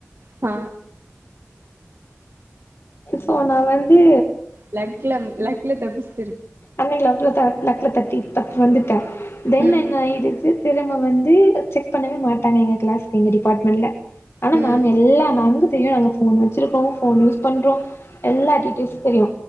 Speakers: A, on the right (about 70°); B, on the left (about 65°).
A: ஆ
B: சோ நா வந்து
A: லக்ல லக்ல தப்பிச்
B: அன்னைக்கு லப்ல த லக்ல தட்டி தப்பு வந்துட்டே தென்
A: ம்
B: என்ன ஆயிடுச்சு திரும்ப வந்து செக் பண்ணவே மாட்டாங்க எங்க கிளாஸ்க்கு எங்க டிபார்ட்மெண்ட்ல ஆனா
A: ம்
B: மேம் எல்லா மேமுக்கு தெரியு நாங்க ஃபோன் வச்சிருக்கோ ஃபோன் யூஸ் பண்றோ எல்லா டீட்டியல்ஸ் தெரியு